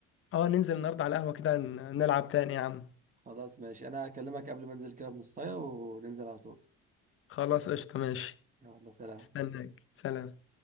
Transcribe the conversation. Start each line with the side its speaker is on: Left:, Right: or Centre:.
Left: اه ننزل النهارده على القهوه كده ن- نلعب تاني يا عم
Right: خلاص ماشي انا هكلمك قبل ما انزل كده بنص ساعه وننزل على طول
Left: خلاص قشطة ماشي
Right: يلا سلام
Left: استناك سلام